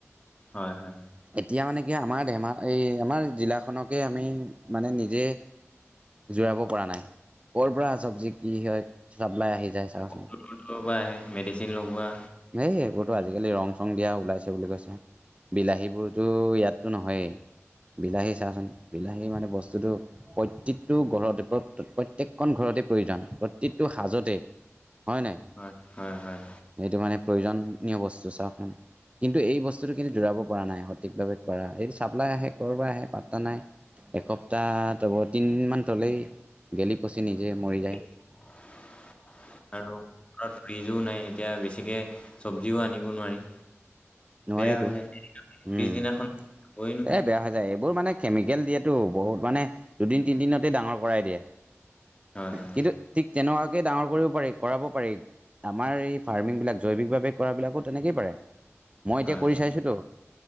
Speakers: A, on the left; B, on the right.
A: হয় হয়
B: এতিয়া মানে কি আমাৰ ধেমা এই আমাৰ জিলাখনকে আমি মানে নিজে জোৰাব পৰা নাই ক'ৰ পৰা চবজি কি হয় চাপ্লাই আহি যায় চাওচোন
A: বহুত দূৰৰ দূৰৰ পৰা আহে মেডিচিন লগোৱা
B: হেই এইবোৰতো আজিকালি ৰং চং দিয়া ওলাইছে বুলি কৈছে বিলাহীবোৰতো ইয়াততো নহয়েই বিলাহী চাচোন বিলাহী মানে বস্তুটো প্ৰত্যেকতো ঘৰতে প্ৰ প্ৰত্যেকখন ঘৰতে প্ৰয়োজন প্ৰত্যেকতো সাজতে হয় নাই
A: হয় হয় হয়
B: এইটো মানে প্ৰয়োজনীয় বস্তু চাওক মানে কিন্তু এই বস্তুটো কিন্তু জোৰাব পৰা নাই সঠিকভাৱে কৰা এইটো চাপ্লাই আহে কৰ'বাৰ আহে পাত্তা নাই এসপ্তাহ তিনিদিনমান তলেই গেলি পচি নিজে মৰি যায়
A: <unintelligible> আৰু ঘৰত ফ্ৰিজো নাই এতিয়া বেছিকে চব্জিও আনিব নোৱাৰি
B: নোৱাৰিতো
A: বেয়া হৈ যায়
B: উম
A: পিছদিনাখন খাবই নোৱাৰি
B: এ বেয়া হৈ যায় এইবোৰ মানে কেমিকেল দিয়েতো বহুত মানে দুদিন তিনিদিনতে ডাঙৰ কৰাই দিয়ে
A: হয় হয়
B: কিন্তু ঠিক তেনেকোৱাকে ডাঙৰ কৰিব পাৰি কৰাব পাৰি আমাৰ এই ফাৰ্মিং বিলাক জৈৱিকভাৱে কৰা বিলাকো তেনেকেই পাৰে মই এতিয়া
A: হয়
B: কৰি চাইছোতো